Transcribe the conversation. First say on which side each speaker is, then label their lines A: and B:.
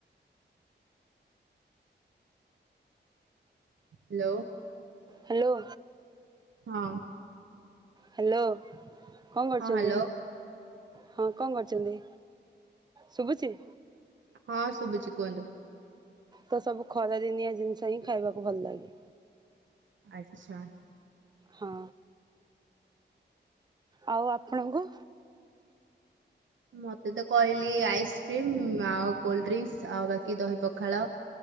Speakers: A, on the right; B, on the right.
A: ହ୍ୟାଲୋ
B: ହ୍ୟାଲୋ
A: ହଁ
B: ହ୍ୟାଲୋ କଣ କରୁଛନ୍ତି?
A: ହଁ ହ୍ୟାଲୋ
B: ହଁ କଣ କରୁଛନ୍ତି ଶୁଭୁଛି?
A: ହଁ ଶୁଭୁଛି କୁହନ୍ତୁ।
B: ତ ସବୁ ଖରାଦିନିଆ ଜିନିଷ ହିଁ ଖାଇବାକୁ ଭଲ ଲାଗେ।
A: ଆଚ୍ଛା।
B: ହଁ ଆଉ ଆପଣଙ୍କୁ
A: ମତେ ତ କହିଲି ଆଇସ୍କ୍ରିମ ଆଉ କୋଲଡ ଡ୍ରିଙ୍କସ ଆଉ ବାକି ଦହି ପଖାଳ